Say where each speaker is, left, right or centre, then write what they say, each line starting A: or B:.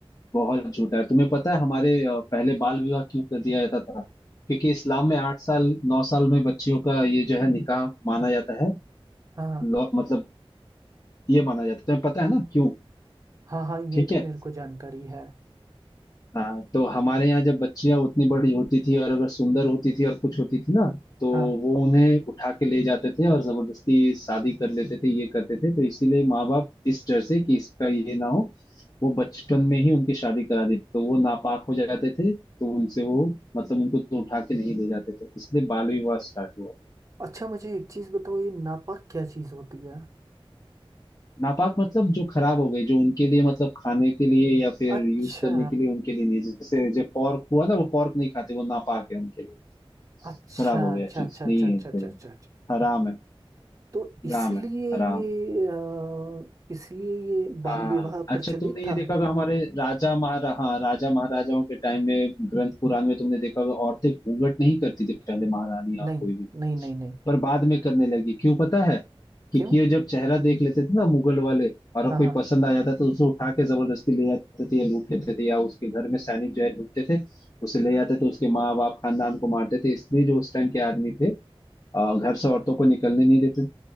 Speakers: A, on the left; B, on the right.
A: बहुत झूठा है तुम्हें पता है हमारे अ, पहले बाल विवाह क्यों कर दिया जाता था क्योंकि इस्लाम में आठ साल नौ साल में बच्चियों का ये जो है निकाह माना जाता है
B: हाँ हाँ
A: लॉ- मतलब ये माना जाता है तुम्हें पता है ना क्यों
B: हाँ हाँ
A: ठीक
B: ये तो
A: है
B: मेरे को जानकारी है
A: हाँ तो हमारे यहाँ जब बच्चियां उतनी बड़ी होती थी और अगर सुंदर होती थी और कुछ होती थी ना तो
B: हाँ
A: वो उन्हें उठा के ले जाते थे और जबरदस्ती शादी कर लेते थे ये करते थे तो इसीलिए माँ बाप इस डर से कि इसका ये ना हो वो बचपन में ही उनकी शादी करा देते तो वो नापाक हो जाते थे तो उनसे वो मतलब उनको तो उठा के नहीं ले जाते थे इसलिए बाल विवाह स्टार्ट हुआ था
B: अच्छा मुझे एक चीज़ बताओ ये नापाक क्या चीज़ होती है
A: नापाक मतलब जो खराब हो गए जो उनके लिए मतलब खाने के लिए या फिर
B: अच्छा
A: यूज करने के लिए उनके लिए नहीं जैसे जो पॉर्क हुआ ना वो पॉर्क नहीं खाते वो नापाक है उनके लिए
B: अच्छा
A: खराब हो गया
B: अच्छा
A: चीज
B: अच्छा अच्छा
A: नहीं
B: अच्छा
A: है
B: अच्छा
A: फिर
B: अच्छा अच्छा।
A: हराम है
B: तो इसलिए
A: हराम है हराम
B: ये अ, इसलिए ये बाल
A: हाँ
B: विवाह
A: अच्छा
B: प्रचलित
A: तुमने ये
B: था
A: देखा होगा हमारे राजा महारा हाँ राजा महाराजाओं के टाइम में ग्रंथ पुराण में तुमने देखा होगा औरतें घूंघट नहीं करती थी पहले महारानी और
B: नहीं
A: कोई भी
B: नहीं नहीं नहीं
A: पर बाद में करने लगी क्यों पता है क्योंकि
B: क्यों
A: ये जब चेहरा देख लेते थे ना मुगल वाले और
B: हाँ
A: कोई
B: हाँ
A: पसंद आ जाता तो उसे उठा के जबरदस्ती ले जाते थे या लूट लेते थे या उसके घर में सैनिक जो है ढूंढते थे उसे ले जाते थे उसके माँ बाप खानदान को मारते थे इसलिए जो उस टाइम के आदमी थे अ, घर से औरतों को निकलने नहीं देते